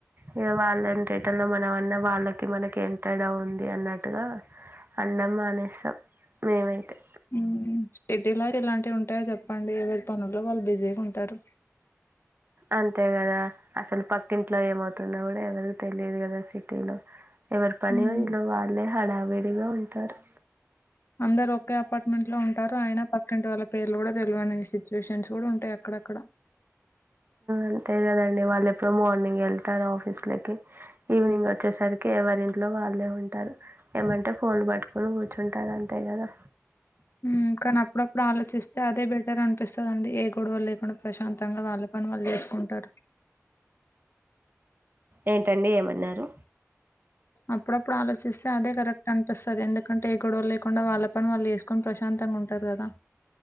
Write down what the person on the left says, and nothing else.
ఆహ్ సిటి లో ఇలాంటి ఉంటాయి చెప్ప ప్పండి ఎవరి పనుల్లో వాళ్ళు బిజీగా ఉంటారు.
ఉమ్
అందరు ఒకే అపార్ట్మెంట్ లో ఉంటారు ఆయన పక్కింటి వాళ్ళ పేర్లు కూడా తెలివనిచి సిచ్యేషన్స్ కూడా ఉంటాయి అక్కడక్కడ
ఆహ్ కానీ అప్పుడప్పుడు ఆలోచిస్తే అదే బెటర్ అనిపిస్తాదండి ఏ గొడవ లేకుండా ప్రశాంతంగా వాళ్ళ పని వాళ్ళు చేసుకుంటారు
అప్పుడప్పుడు ఆలోచిస్తే అదే కరెక్ట్ అనిపిస్తాది ఎందుకంటే ఏ గొడవలు లేకుండా వాళ్ళ పని వాళ్ళు వసుకొని ప్రశాంతంగా ఉంటారు కదా